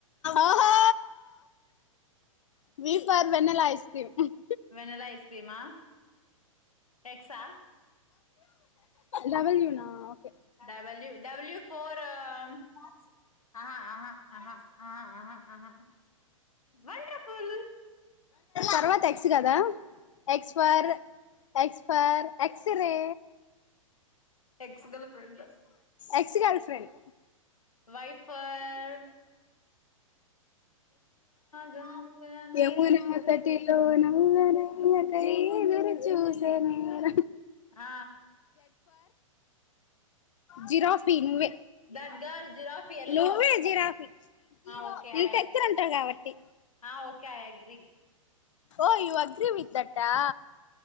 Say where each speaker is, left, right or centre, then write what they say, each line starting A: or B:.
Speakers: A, on the left; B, on the left.
A: ఓహో V for vanilla ice cream
B: vanilla ice క్రీమా టెక్సా
A: W నా okay
B: W W ఫోరం ఆహా ఆహా ఆహా ఆహా ఆహా వండర్ఫుల్
A: తర్వాత ఎక్స్ కదా X for X for X ray
B: X girl friend
A: X girl friend
B: వైఫర్ Ganga నదిలో
A: Yamuna తటిలో నమ్నయ కై గురి చూసేనుర
B: ఆ
A: జిరాఫీ నువ్వే,
B: దట్ గర్ల్ జిరాఫ్ ఎల్లో
A: నువ్వే జిరాఫీ.
B: ఆ ఓకే
A: నీకు
B: ఐ అగ్రీ
A: ఎతురుంటారు కాబట్టి
B: ఆ okay I agree
A: oh you agree with that ఆ